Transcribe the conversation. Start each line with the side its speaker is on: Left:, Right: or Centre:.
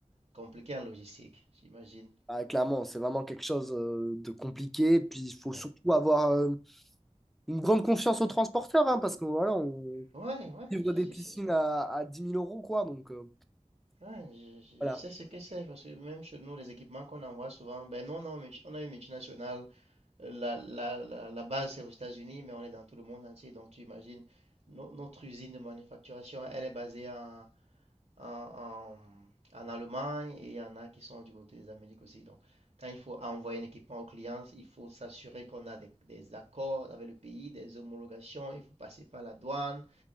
Right: compliqué en logistique, j'imagine.
Centre: ah, clairement, c'est vraiment quelque chose euh, de compliqué. Puis, il faut
Right: Ouais,
Centre: surtout avoir euh, une grande confiance aux transporteurs hein, parce que voilà, on
Right: ouais, ouais,
Centre: livre
Right: je,
Centre: des piscines
Right: je sais,
Centre: à, à dix mille euros, quoi. Donc, euh,
Right: ouais, je- je-
Centre: voilà.
Right: je sais ce que c'est parce que même chez nous, les équipements qu'on envoie souvent, ben non, non, multi- on a une multinationale. euh, La, la, la, la base, c'est aux États-Unis, mais on est dans tout le monde entier. Donc, tu imagines, no- notre usine de manufacturation, elle est basée en, en, en- en Allemagne et il y en a qui sont du côté des Amériques aussi. Donc, quand il faut envoyer un équipement aux clients, il faut s'assurer qu'on a des, des accords avec le pays, des homologations, il faut passer par la douane.